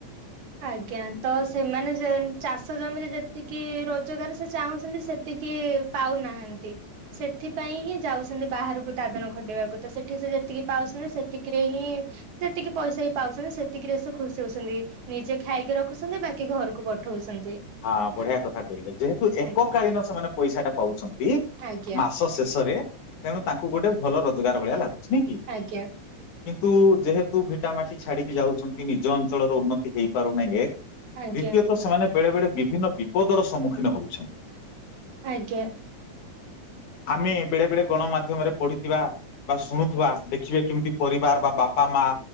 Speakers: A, on the right (about 70°); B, on the left (about 75°).
A: ଆଜ୍ଞା। ତ ସେମାନେ ଚାଷ ଜମିରେ ଯେତିକି ରୋଜଗାର ସେ ଚାହୁଁଛନ୍ତି ସେତିକ ପାଉନାହାନ୍ତି। ସେଥିପାଇଁ ହିଁ ଯାଉଛନ୍ତି ବାହାରକୁ ଦାଦନ ଖଟିବାକୁ ତ ସେଠି ସେ ଯେତିକି ପାଉଛନ୍ତି ସେତିକିରେ ହିଁ ଯେତିକି ପଇସା ବି ପାଉଚନ୍ତି ସେତିକି ରେ ସେ ଖୁସି ହୋଉଚନ୍ତି। ନିଜେ ଖାଇକି ରଖୁଛନ୍ତି ବାକି ଘରକୁ ପଠଉଛନ୍ତି।
B: ହଁ ବଢିଆ କଥା କହିଲେ ଯେହେତୁ ଏକକାଳୀନ
A: ଆଜ୍ଞା
B: ସେମାନେ ପଇସା ଟା ପାଉଛନ୍ତି
A: ଆଜ୍ଞା
B: ମାସ ଶେଷରେ ତେଣୁ ତାଙ୍କୁ ଗୋଟେ ଭଲ ରୋଜଗାର ଭଳିଆ ଲାଗୁଛି। ନୁହେ କି?
A: ଆଜ୍ଞା।
B: କିନ୍ତୁ ଯେହେତୁ ଭିଟାମାଟି ଛାଡିକି ଯାଉଛନ୍ତି ନିଜ ଅଞ୍ଚଳର ଉନ୍ନତି ହେଇପାରୁନଙ୍ଗେ ଦ୍ୱିତୀୟତଃ
A: ଆଜ୍ଞା
B: ସେମାନେ ବେଳେବେଳେ ବିଭିନ୍ନ ବିପଦର ସମ୍ମୁଖୀନ ହେଉଛନ୍ତି।
A: ଆଜ୍ଞା।
B: ଆମେ ବେଳେ ବେଳେ ଗଣମାଧ୍ୟମରେ ପଢିଥିବା ବା ଶୁଣୁଥିବା ଦେଖିବେ କେମିତି ପରିବାର ବା ବାପା ମା